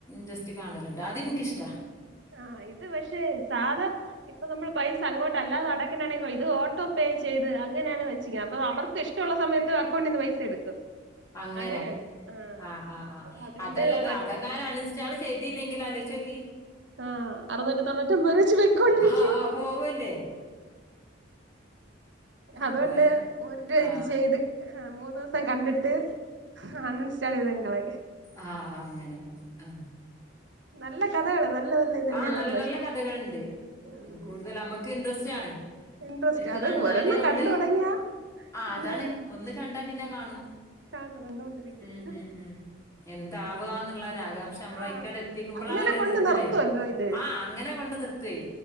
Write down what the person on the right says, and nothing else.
ആഹ് ഇത് പക്ഷെ സാധാ ഇപ്പൊ നമ്മൾ പൈസ അങ്ങോട്ട് അല്ലാതെ അടക്കണാണെങ്ക ഇത് ഓട്ടോ പേ ചെയ്ത് അങ്ങനെയാണ് വെച്ചക്കുന്നത് അപ്പൊ അവർക്ക് ഇഷ്ടം ഒള്ള സമയത്ത് അക്കൗണ്ടീന്ന് പൈസ എടുക്കും
അങ്ങനെയാണ് ആ
അപ്പൊ
അതുകൊണ്ട്
ഒരു
ആഹ് അറുനൂറ്റി തൊണ്ണൂറ്റൊമ്പത് രുപ വെച്ച് പൊയ്ക്കൊണ്ടിരിക്കും.
അതുകൊണ്ട് ഒരു രൂപക്ക്
ചെയ്ത്. ആഹ് മൂന്ന് ദിവസം കണ്ടിട്ട് അൺ ഇൻസ്റ്റാൾ ചെയ്ത ങ്ങ് കളെയും.
നല്ല കഥകള് നല്ല നല്ല ഇതല്ലേ
പറഞ്ഞെ
ഉം
ഇൻട്രസ്റ്റ്
അത്
ഒരെണ്ണം
കണ്ടു തുടങ്ങിയാ
പിന്നെ
കാണും കണ്ടോണ്ടിരിക്കും
ആ
അങ്ങനെ കൊണ്ട്
നിർത്തുവല്ലോ ഇത്